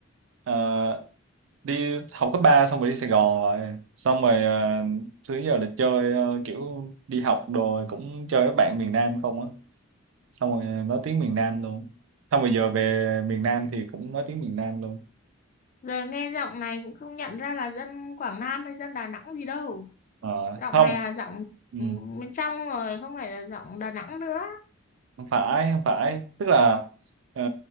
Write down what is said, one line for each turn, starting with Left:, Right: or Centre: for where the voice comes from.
Right: ờ, đi học cấp 3 xong rồi đi Sài Gòn rồi xong rồi ờ, xưa đến giờ là chơi ờ, kiểu đi học đồ rồi cũng chơi với bạn miền Nam không á xong rồi nói tiếng miền Nam luôn xong rồi giờ về miền Nam thì cũng nói tiếng miền Nam luôn
Left: Giờ nghe giọng này cũng không nhận ra là dân Quảng Nam hay dân Đà Nẵng gì đâu.
Right: Ờ,
Left: Giọng
Right: không
Left: này là giọng
Right: Ừ.
Left: ừm, bên trong rồi, không phải là giọng Đà Nẵng nữa.
Right: không phải không phải tức là ờ,